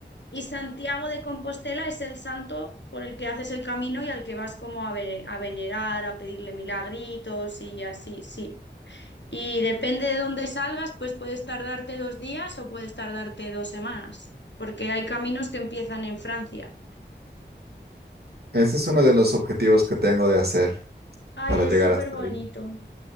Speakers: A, on the left (about 75°); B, on the right (about 60°).
A: y Santiago de Compostela es el santo por el que haces el camino y al que vas como a, ve- a venerar, a pedirle milagritos y así, sí. Y depende de dónde salgas, pues puedes tardarte dos días o puedes tardarte dos semanas, porque hay caminos que empiezan en Francia.
B: Ese es uno de los objetivos que tengo de hacer
A: Ay,
B: para
A: es
B: llegar
A: súper
B: hasta
A: bonito.
B: ahí.